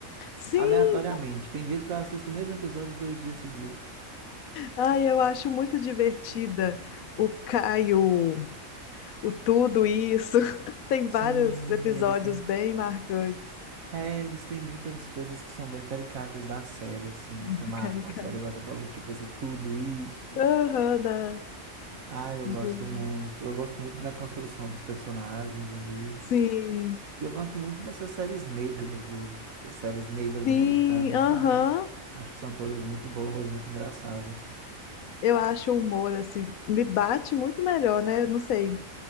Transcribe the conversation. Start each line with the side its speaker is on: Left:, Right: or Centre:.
Left: Sim,
Right: aleatoriamente. Tem vezes que eu assisto o mesmo episódio dois dias seguidos.
Left: ai, eu acho muito divertida. O Caio, o tudo isso. <laughs> Tem
Right: Sim,
Left: vários episódios
Right: eles têm.
Left: bem marcantes.
Right: É, eles têm muitas coisas que são bem caricatas da série, assim, né?
Left: Muito
Right: Que marcam
Left: caricato.
Right: a série, igual você falou, tipo, esse tudo isso.
Left: Aham, da...
Right: Ah, eu
Left: de-
Right: gosto muito. Eu gosto muito da construção dos personagens ali.
Left: Sim,
Right: E eu gosto muito dessas séries negras do... Essas séries negras
Left: sim,
Right: americanas,
Left: aham.
Right: sabe? Acho que são todas muito boas, muito engraçadas.
Left: Eu acho o humor, assim, me bate muito melhor, né? Eu Não sei.